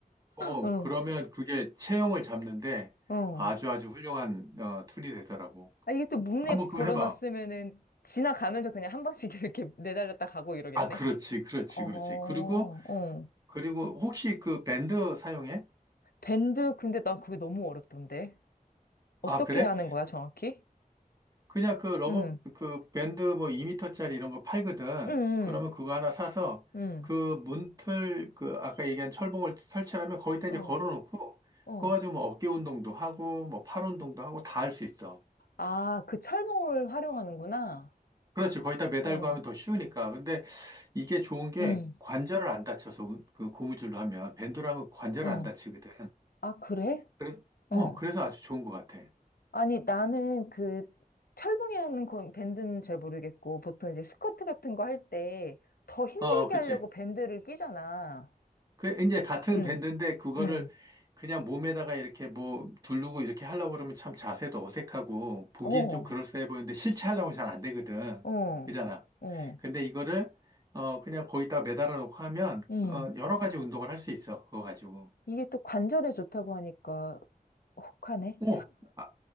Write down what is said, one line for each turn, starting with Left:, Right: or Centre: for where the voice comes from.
Right: 어,
Left: 어,
Right: 그러면 그게 체형을 잡는데
Left: 어.
Right: 아주 아주 훌륭한 어, 툴이 되더라고.
Left: 아, 이게 또 문에
Right: 한번
Left: 걸어놨으면은
Right: 그거 해봐.
Left: 지나가면서 그냥 한 번씩 <laughs> 이렇게 내달렸다 가고 이러겠네.
Right: 아, 그렇지, 그렇지,
Left: 어,
Right: 그렇지. 그리고,
Left: 어.
Right: 그리고 혹시 그 밴드 사용해?
Left: 밴드, 근데 난 그게 너무 어렵던데. 어떻게
Right: 아, 그래?
Left: 하는 거야, 정확히?
Right: 그냥 그 러버,
Left: 응,
Right: 그 밴드 뭐 2미터짜리 이런 거 팔거든.
Left: 응,
Right: 그러면 그거 하나 사서
Left: 응,
Right: 그 문틀, 그 아까 얘기한 철봉을 설치하면 거기다 이제
Left: 응. 어,
Right: 걸어놓고
Left: 어.
Right: 그거 가지고 뭐 어깨 운동도 하고 뭐 팔 운동도 하고 다 할 수 있어.
Left: 아, 그 철봉을 활용하는구나.
Right: 그렇지. 거기다 매달고
Left: 어,
Right: 하면 더 쉬우니까. 근데 이게 좋은 게
Left: 응,
Right: 관절을 안 다쳐서 운- 그 고무줄로 하면 밴드로 하면 관절을
Left: 어.
Right: 안 다치거든.
Left: 아, 그래?
Right: 그래, 뭐
Left: 어.
Right: 그래서 아주 좋은 것 같아.
Left: 아니, 나는 그 철봉이 하는 건 밴드는 잘 모르겠고, 보통 이제 스쿼트 같은 거 할 때 더 힘들게
Right: 어, 어, 그치.
Left: 하려고 밴드를 끼잖아.
Right: 그 이제 같은
Left: 응,
Right: 밴드인데 그거를
Left: 응,
Right: 그냥 몸에다가 이렇게 뭐 두르고 이렇게 하려고 그러면 참 자세도 어색하고 보기엔
Left: 어,
Right: 좀 그럴싸해 보이는데 실제 하려면 잘 안 되거든.
Left: 어,
Right: 그잖아.
Left: 어,
Right: 근데 이거를 어 그냥 거기다 매달아 놓고 하면
Left: 응.
Right: 어 여러 가지 운동을 할 수 있어. 그거 가지고.
Left: 이게 또 관절에 좋다고 하니까 혹하네.
Right: 오, 아,